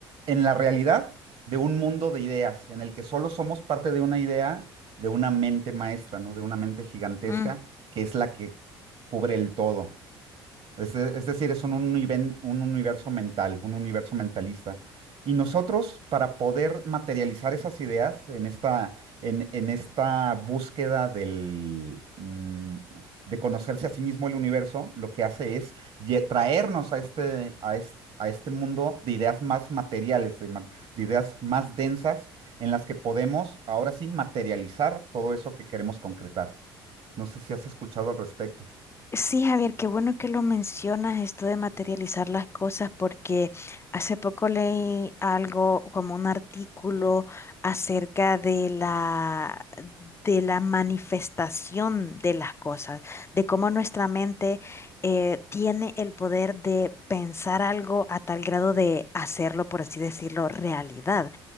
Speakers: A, on the right; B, on the left.
A: en la realidad de un mundo de ideas, en el que solo somos parte de una idea, de una mente maestra, ¿no? De una mente gigantesca,
B: mm.
A: que es la que cubre el todo. Es, de- es decir, es un, univen- un universo mental, un universo mentalista. Y nosotros, para poder materializar esas ideas en esta, en, en esta búsqueda del, mm, de conocerse a sí mismo el universo, lo que hace es lle- traernos a este, a es- a este mundo de ideas más materiales, de, ma- de ideas más densas, en las que podemos ahora sí materializar todo eso que queremos concretar. No sé si has escuchado al respecto.
B: Sí, Javier, qué bueno que lo mencionas, esto de materializar las cosas, porque hace poco leí algo como un artículo acerca de la, de la manifestación de las cosas, de cómo nuestra mente eh, tiene el poder de pensar algo a tal grado de hacerlo, por así decirlo, realidad